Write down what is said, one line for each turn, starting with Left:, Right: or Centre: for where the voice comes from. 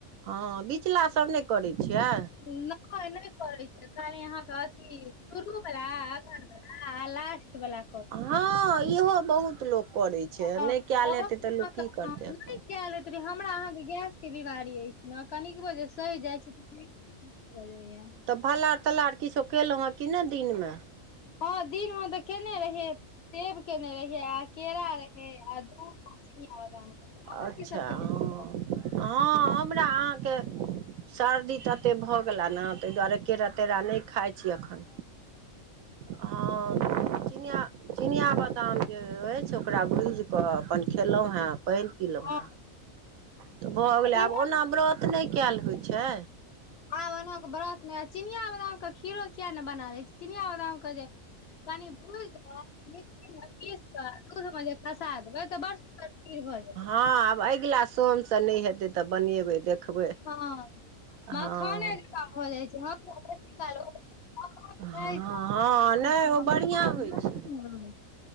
Right: हँ बिचला सब नै करै छियै।
Left: नहि- नहि करै छिअइ खाली अहाँके अथी, शुरू बला अगहन बला आ लास्ट बला।
Right: हँ इहो बहुत लोक करै छै,
Left: हँ
Right: नहि कैल
Left: अहूँ
Right: हेतै त लोक की करतै
Left: नहि
Right: अपन।
Left: <unintelligible> हमरा अहाँके गैस के बीमारी अछि न, कनिकबो जे सैह जाइ छी त <unintelligible> भ जाइ यऽ।
Right: त फलहार-तलहार किछो केलहुँ ह कि नहि दिनमे।
Left: हँ दिनमे त केने रहिअइ। सेब केने रहियै आ केरा रहै आ दूध चीनियाबदाम, अहां
Right: अच्छा
Left: कि सब केने
Right: हँ
Left: छलौ।
Right: हँ हमरा अहाँके सर्दी ततेक भऽ गेला न, ताहि दुआरे केरा-तेरा नहि खाइ छी एखन। हँ चिनिया-चिनिया बदाम जे अछि ओकरा भुजिकऽ अपन खेलहुँ हैं। पानि पील‌ऊ
Left: हँ
Right: हैं, त भऽ
Left: आ
Right: गेलै
Left: इहो
Right: आब ओना व्रत नहि कैल होइ छै।
Left: आब ओनहो के ब्रत में, चिनिया बादाम के खीरो किये ने बना लै छी। चिनिया बादाम के जे कनी भुइज देबय, मिक्सी में पीस क दूध म जे खसा देबै तऽ बड़ सुन्दर खीर भऽ जैत।
Right: हँ आब अगिला स सोम सँ नहि हेतै तऽ बनेबै देखबै।
Left: हँ
Right: हँ
Left: मखाने जंका
Right: हँ
Left: भऽ जाइ छै, हम त बेसी काल ओ <unintelligible>
Right: हँ नहि
Left: हम्म
Right: ओ बढ़िआँ होइ छै